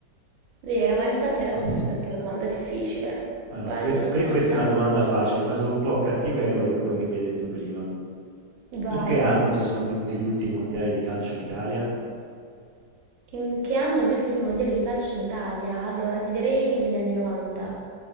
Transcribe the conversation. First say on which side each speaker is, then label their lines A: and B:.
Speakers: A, on the right; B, on the right.
A: Vero, ma infatti adesso
B: No?
A: mi aspetto la domanda difficile.
B: Allora,
A: Vai,
B: questa,
A: sono
B: que-
A: pronta.
B: questa è una domanda facile, ma sono un po' cattivello per quello che mi hai detto prima.
A: Vai.
B: In che anno si sono tenuti gli ultimi mondiali di calcio in Italia?
A: In che anno gli ultimi mondiali di calcio in Italia? Allora, ti direi negli anni 90.